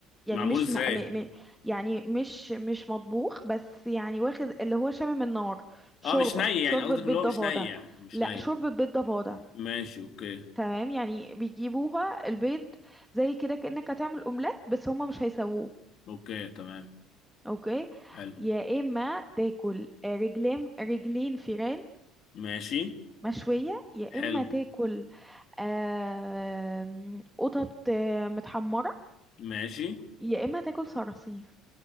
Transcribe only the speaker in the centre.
يعني
مش
م... م... م... يعني مش مش مطبوخ بس يعني واخد اللي هو شامم النار شوربة
شوربة
بيض
ضفادع
لا
شوربة بيض ضفادع
تمام يعني بيجيبوها البيض زي كده كأنك هتعمل اومليت بس هما مش هيسووه
اوكي
يا اما تاكل آه، رجلين رجلين فيران
مشوية يا
اما تاكل آم، قطط آه، متحمرة
يا اما تاكل صراصير